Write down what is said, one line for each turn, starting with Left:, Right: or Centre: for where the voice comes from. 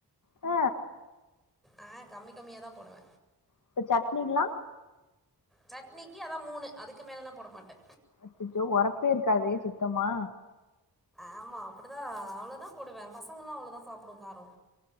Left: ஆ
Centre: ஆ கம்மி கம்மியாதா போடுவ
Left: இப்ப சட்னிக்லா
Centre: சட்னிக்கு அதா மூணு அதுக்கு மேலல்லா போட மாட்டே
Left: அச்சச்சோ ஒரப்பே இருக்காதே சுத்தமா
Centre: ஆமா அப்புடிதா அவ்ளோதா போடுவே பசங்கலா அவ்வளோதா சாப்புடு காரொ